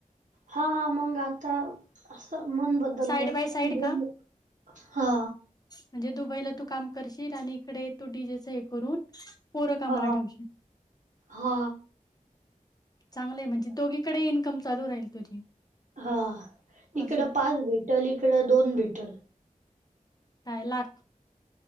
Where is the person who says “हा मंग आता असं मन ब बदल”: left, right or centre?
Right